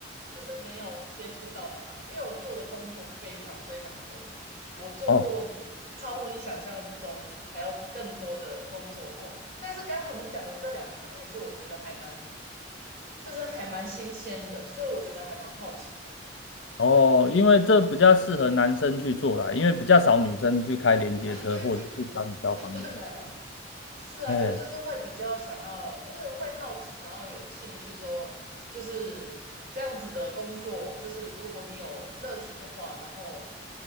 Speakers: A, on the right (about 50°); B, on the left (about 80°).
A: 就是没有接触到的行业，因为我做的工作非常非常多，我做过超乎你想象中还要更多的工作过，
B: 哦。
A: 但是刚好你讲的这两个行业是我觉得还蛮就是还蛮新鲜的，所以我觉得还蛮好奇。
B: 哦，因为这比较适合男生去做啦，因为比较少女生去开连接车或者是当消防员。
A: <laughs> 啊，对对 <laughs> 啊，当然了，是啊，
B: 哎，
A: 可是就是会比较想要，就是会好奇，然后有兴趣说，就是这样子的工作，就是如果你有热情的话，然后